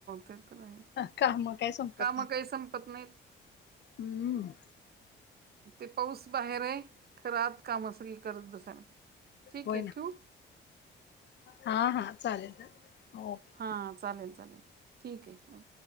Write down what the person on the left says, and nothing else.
काम काय संपत
नाहीत
हम्म!
होय
ना
हा हा चालेल. ओके